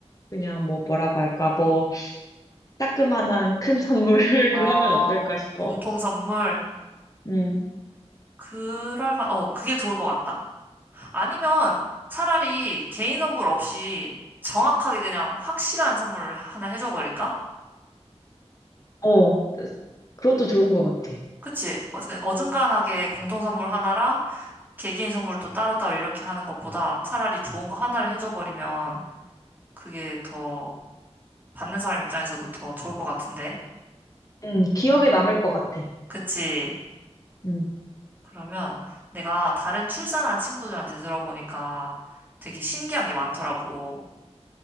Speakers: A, on the left; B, on the right.
A: 그냥 뭐 뭐라고 할까 뭐 따끔한 큰 <laughs> 선물을
B: 어,
A: 하면 어떨까 싶어.
B: 공통 선물.
A: 음,
B: 그럴 바, 어, 그게 좋을 것 같다. 아니면 차라리 개인 선물 없이 정확하게 그냥 확실한 선물 하나 해줘 버릴까?
A: 어, 그것도 좋은 것 같아.
B: 그치? 어 그냥 어중간하게 공통 선물 하나랑 개개인 선물도 따로따로 이렇게 하는 것보다 차라리 좋은 거 하나를 해줘 버리면 그게 더 받는 사람 입장에서도 더 좋을 것 같은데.
A: 음, 기억에 남을 것 같아.
B: 그치?
A: 음,
B: 그러면 내가 다른 출산한 친구들한테 들어보니까 되게 신기한 게 많더라고.